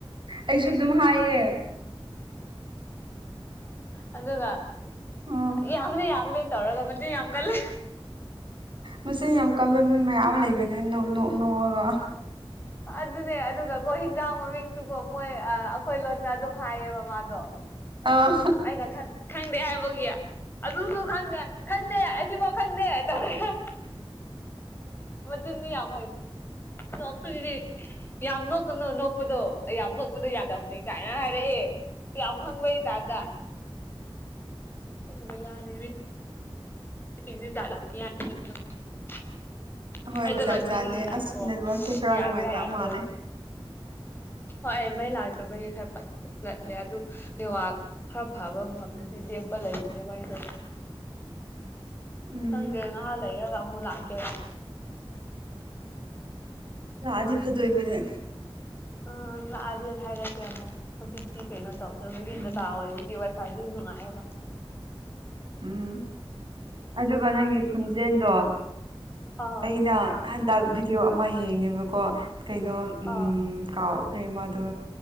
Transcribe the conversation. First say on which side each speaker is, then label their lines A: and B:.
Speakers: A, on the right; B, on the left.
A: ꯑꯩꯁꯨ ꯑꯗꯨꯝ ꯍꯥꯏꯌꯦ
B: ꯑꯗꯨꯒ
A: ꯑꯣ
B: ꯌꯥꯕꯗꯤ ꯌꯥꯕꯅ‌ꯦ ꯇꯧꯔꯒ ꯃꯆꯤꯟ ꯌꯥꯝ ꯀꯜꯂꯦ
A: ꯃꯁꯤ ꯌꯥꯝ ꯀꯟꯕ ꯃꯤ ꯃꯌꯥꯝ ꯑꯃ ꯂꯩꯕꯅꯤ ꯅꯣꯛ ꯅꯣꯛ ꯅꯣꯛꯑꯒ
B: ꯑꯗꯨꯅꯦ ꯑꯗꯨꯒ ꯀꯣ ꯍꯤꯟꯖꯥꯡ ꯃꯃꯤꯡꯇꯨꯀꯣ ꯃꯣꯏ ꯑꯩꯈꯣꯏ ꯂꯣꯟꯗ ꯑꯗꯨꯝ ꯍꯥꯏꯌꯦꯕ ꯃꯥꯗꯣ
A: ꯑꯧ
B: ꯑꯩꯅ ꯈꯟ ꯈꯪꯗꯦ ꯍꯥꯏꯕꯒꯤ ꯑꯗꯨꯁꯨ ꯈꯪꯗꯦ ꯈꯪꯗꯦ ꯑꯁꯤꯐꯥꯎ ꯈꯪꯗꯦ ꯇꯧꯔꯒ ꯃꯆꯤꯟꯗꯤ ꯌꯥꯝ ꯍꯕꯗꯤ ꯌꯥꯝ ꯅꯣꯛꯀꯅꯨ ꯅꯣꯛꯄꯗꯣ ꯌꯥꯝ ꯅꯣꯛꯄꯗꯣ ꯌꯥꯗꯕꯅꯦ ꯀꯥꯏꯅ ꯍꯥꯏꯔꯛꯑꯦ ꯌꯥꯝ ꯈꯪꯕꯩ ꯇꯥꯏꯞꯇ ꯕꯦꯔꯥꯅꯦꯃꯤ <unintelligible>
A: ꯍꯣꯏ
B: ꯑꯩꯗꯣ
A: ꯖꯥꯠ
B: ꯂꯣꯏꯅꯤꯡꯕꯒꯤ
A: ꯖꯥꯠꯅꯦ
B: ꯀꯣ ꯉꯔꯥꯡꯀꯣ
A: ꯑꯁ ꯅꯦꯠꯋꯥꯛꯁꯦ ꯈꯔ
B: ꯌꯥꯒꯦꯔꯥ
A: ꯅꯨꯡꯉꯥꯏꯇꯕ
B: ꯌꯥꯔꯣꯢꯔ
A: ꯃꯥꯜꯂꯦ
B: ꯍꯣꯏ ꯃꯩ ꯂꯥꯛꯇꯕꯒꯤ ꯈꯔ ꯂꯠꯂꯦ ꯑꯗꯨ ꯅ‌ꯦꯠꯋꯥꯛ ꯈꯔ ꯐꯕ ꯃꯐꯝꯗꯗꯤ ꯂꯦꯞꯄ ꯂꯩꯕꯅꯦꯕ ꯑꯩꯗꯣ
A: ꯎꯝ
B: ꯈꯪꯗꯦ ꯉꯍꯥ ꯂꯩꯔꯒ ꯑꯃꯨꯛ ꯂꯥꯛꯀꯦ
A: ꯂꯥꯛꯑꯗꯤ ꯐꯗꯣꯏꯕꯅꯦ
B: ꯎꯝ ꯂꯥꯛꯑꯗꯤ ꯍꯥꯏꯔ ꯀꯦ ꯑꯃꯨꯛ ꯍꯧꯖꯤꯛꯇꯤ ꯀꯩꯅꯣ ꯇꯧꯗꯕꯥꯒꯤ
A: ꯎꯝ
B: ꯗꯇꯥ ꯑꯣꯏꯕꯒꯤ ꯋꯥꯏꯐꯥꯏꯗ ꯅꯨꯡꯉꯥꯏꯌꯦꯕ
A: ꯎꯝ ꯑꯗꯨꯒ ꯅꯪꯒꯤ ꯈꯨꯟꯖꯦꯜꯗꯣ
B: ꯑꯥ
A: ꯑꯩꯅ ꯍꯟꯗꯛ ꯚꯤꯗꯤꯑꯣ ꯑꯃ ꯌꯦꯡꯉꯦꯕꯀꯣ ꯀꯩꯅꯣ ꯎꯝ
B: ꯑꯥ
A: ꯀꯥꯎꯈ꯭ꯔꯦ ꯃꯥꯗꯣ